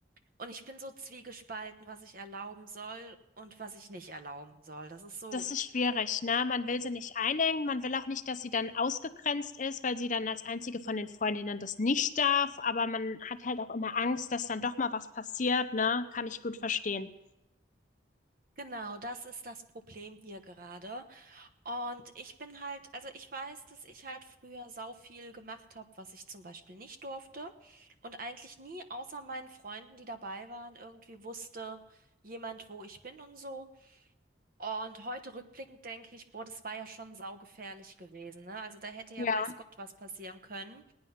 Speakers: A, on the right; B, on the left.
A: Und ich bin so zwiegespalten, was ich erlauben soll und was ich nicht erlauben soll. Das ist so,
B: Das ist schwierig, ne? Man will sie nicht einengen, man will auch nicht, dass sie dann ausgegrenzt ist, weil sie dann als einzige von den Freundinnen das nicht darf, aber man hat halt auch immer Angst, dass dann doch mal was passiert, ne? Kann ich gut verstehen.
A: genau, das ist das Problem hier gerade. Und ich bin halt, also ich weiß, dass ich halt früher sau viel gemacht habe, was ich zum Beispiel nicht durfte. Und eigentlich nie außer meinen Freunden, die dabei waren, irgendwie wusste jemand, wo ich bin und so. Und heute rückblickend denke ich, boah, das war ja schon saugefährlich gewesen, ne? Also da hätte ja
B: Ja.
A: weiß Gott was passieren können.